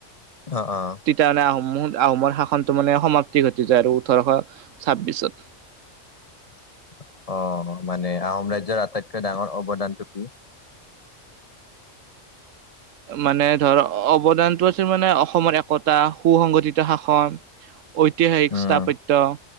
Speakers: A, on the left; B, on the right.
A: অ অ
B: তেতিয়া মানে আহোম আহোমৰ শাসনটো মানে সমাপ্তি ঘটি যায় আৰু ওঠৰশ ছাব্বিশত
A: <inaudible> আহ মানে আহোম ৰাজ্্যৰ আটাইতকৈ ডাঙৰ অৱদানটো কি
B: মানে ধৰ অৱদানতটো আছিল মানে অসমৰ একতা সু সংংগঠিত শাখা। ঐতিহাসিক
A: উম
B: স্থাপত্য।